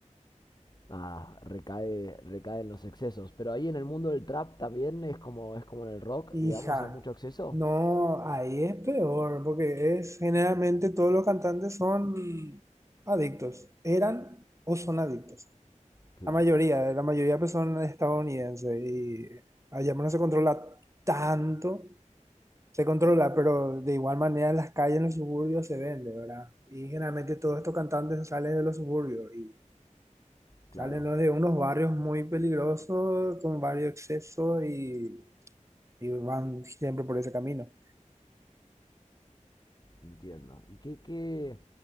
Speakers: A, on the left; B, on the right.
A: ah, recae, recae en los excesos. Pero ahí en el mundo del trap también es como, es como en el rock,
B: Hija,
A: digamos, hay mucho exceso.
B: no, ahí es peor, porque es generalmente todos los cantantes son adictos. Eran o son adictos.
A: Claro,
B: La mayoría, la mayoría pues son estadounidenses y allá no se controla tanto, se controla, pero de igual manera en las calles, en los suburbios se vende, ¿verdad? Y generalmente todos estos cantantes salen de los suburbios y
A: claro,
B: salen los de unos barrios muy peligrosos, con varios excesos y, y van siempre por ese camino.
A: entiendo. ¿Y qué, qué,